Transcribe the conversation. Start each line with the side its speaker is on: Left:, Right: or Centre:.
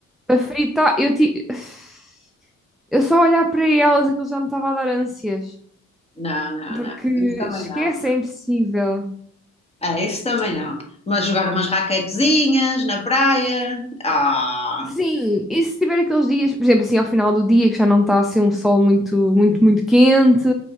Centre: para fritar. Eu, ti... <sighs> eu só olhar para elas aquilo já me estava a dar ânsias,
Left: Não, não,
Centre: porque
Left: não. Isso também
Centre: esquece,
Left: não.
Centre: é impossível.
Left: É, isso também não. Mas jogar umas raquetezinhas na praia. Ah,
Centre: Sim, e se tiver aqueles dias, por exemplo, assim, ao final do dia, que já não está assim um sol muito, muito, muito quente,